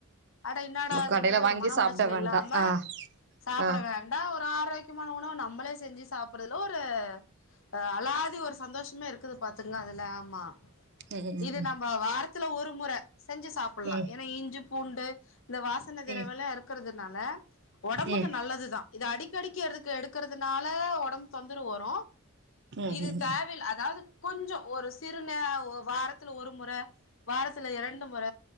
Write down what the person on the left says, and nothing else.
அட இன்னாடா இதுன்றது
ஒரு மன
உளைச்சல்
இல்லாம
சாப்புட
வேண்டா ஒரு ஆரோக்யமான உணவு நம்பளே செஞ்சு சாப்புற்றல ஒரு அ அளாதி ஒரு சந்தோஷமே இருக் குது பாத்துங்க அதுல ஆமா
இது
நம்ப வாரத்துல ஒரு முற செஞ்சு சாப் பல்லா
ஏனா இஞ்சு பூண்டு இந்த வாசன தெறவல்லா
இருக்கறதுனால ஒடம்புக்கு
நல்லதுதா இத அடிக்கடிக்கி எருக்கு எடுக்கறதுனால ஒடம்பு தொந்தரவு வரும்
இது
தேவைல்ல அதாது கொஞ்சோ ஒரு சிறுநே ஒ வாரத்துல ஒரு மொற வாரத்துல இரண்டு மொற